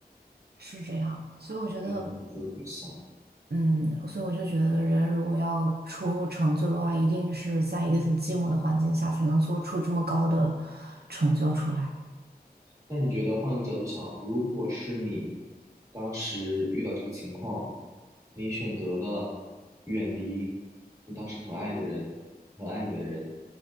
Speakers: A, on the right; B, on the right.
A: 是这样，所以我觉得，
B: 我觉得和你说的比较像。
A: 嗯，所以我就觉得，人如果要出成就的话，一定是在一个很寂寞的环境下，才能做出这么高的成就出来。
B: 但你觉得换一个角度想，如果是你当时遇到这个情况，你选择了远离你当时很爱的人，很爱你的人，